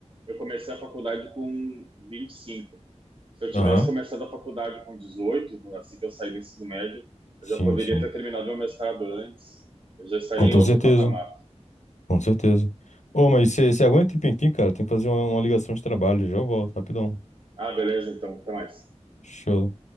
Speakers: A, on the right; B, on the left.
A: eu comecei a faculdade com 25. Se eu tivesse
B: Aham.
A: começado a faculdade com 18, assim que eu saí do ensino médio,
B: Sim,
A: eu já poderia
B: sim.
A: ter terminado meu mestrado antes. Eu já estaria
B: Com toda
A: em outro
B: certeza,
A: patamar.
B: com certeza. Ô, mas você aguenta um tempinho aqui, cara? Tem que fazer uma, uma ligação de trabalho, já eu volto, rapidão.
A: Ah, beleza, então, até mais.
B: Show.